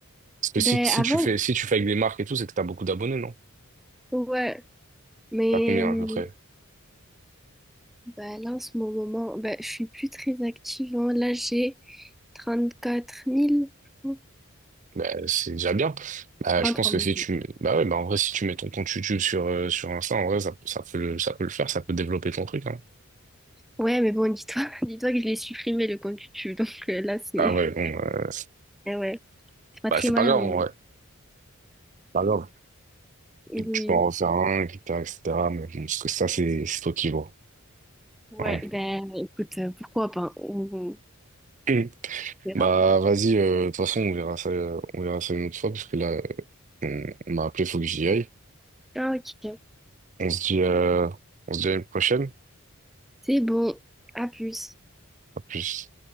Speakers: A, on the right; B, in the centre.
A: Parce que
B: ben
A: si, si
B: avant,
A: tu fais, si tu fais avec des marques et tout, c'est que t'as beaucoup d'abonnés, non?
B: ouais. Mais
A: T'as combien
B: euh,
A: à peu près?
B: ben là, en ce moment, ben, je suis plus très active. hein. Là, j'ai 34 000, je
A: Bah, c'est déjà bien. Bah,
B: crois.
A: je pense
B: trois
A: que
B: mille
A: si tu, bah ouais, bah en vrai, si tu mets ton compte YouTube sur, euh, sur Insta, en vrai, ça, ça peut le, ça peut le faire, ça peut développer ton truc, hein.
B: Ouais, mais bon, dis-toi, <laughs> dis-toi que je l'ai supprimé, le compte YouTube. Donc euh, là, c'est...
A: Ah ouais, bon, euh,
B: Eh ouais, c'est pas
A: bah,
B: très
A: c'est
B: malin,
A: pas grave,
B: mais
A: en
B: bon.
A: vrai. Pas grave.
B: Oui.
A: et que tu peux en refaire un, etc., etc. Mais bon, parce que ça, c'est c'est toi qui vois.
B: Ouais,
A: Hein.
B: ben écoute, euh, pourquoi pas? On on
A: Mm.
B: verra.
A: Bah, vas-y, euh, de toute façon, on verra ça, euh, on verra ça une autre fois, parce que là, on, on m'a appelé, faut que j'y aille.
B: Ah, ok.
A: On se dit, euh, on se dit à une prochaine.
B: C'est bon. À plus.
A: À plus.